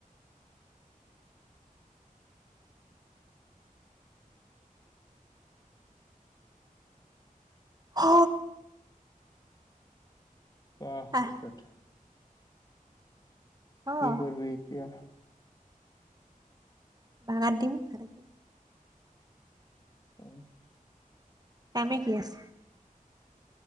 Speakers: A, on the right; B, on the left.
A: হ
B: পোৱা
A: আহ,
B: পিছত
A: অ'।
B: কি কৰবি এতিয়া?
A: বাগাৰ দিম <unintelligible>
B: উম,
A: কামে কি আছে